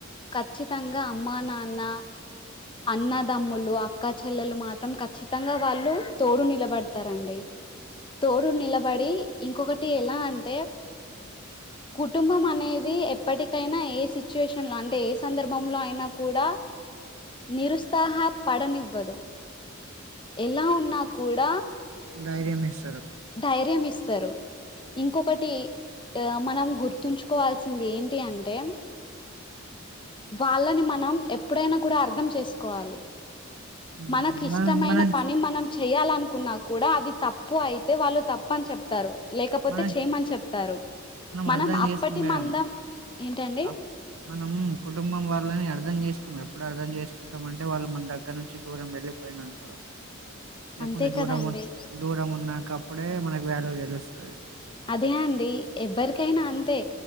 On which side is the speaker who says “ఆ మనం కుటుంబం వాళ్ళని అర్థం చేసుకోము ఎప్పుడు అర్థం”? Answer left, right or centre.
Right